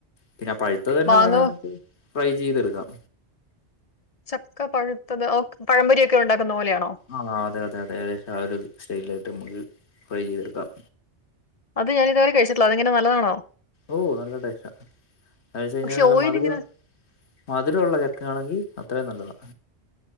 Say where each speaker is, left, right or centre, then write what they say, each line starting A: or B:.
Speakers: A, on the left; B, on the left.
A: പിന്നെ പഴുത്തത് തന്നെ
B: മാങ്ങ
A: വേണം നമുക്ക് ട്രൈ ചെയ്തെടുക്കാം.
B: ചക്ക പഴുത്തത് ഓ പഴമ്പരി ഒക്കെ ഉണ്ടാക്കുന്ന പോലെയാണോ?
A: ആഹ് അതെ അതെ അതെ ഏകദേശം ആ ഒരു സ്റ്റൈലായിട്ട് നമുക്ക് ഫ്രൈ ചെയ്തെടുക്കാം.
B: അത് ഞാനിതുവരെ കഴിച്ചട്ടില്ല അതങ്ങനെ നല്ലാണോ?
A: ഓഹ് നല്ല ടേസ്റ്റാ അത്ങ്ങനെ വെച്ച കഴിഞ്ഞാൽ
B: പക്ഷെ
A: നല്ല
B: ഓയിൽ
A: മധുരം
B: ഇങ്ങനെ
A: മധുരമുള്ള ചക്കയാണെങ്കിൽ അത്രയും നല്ലത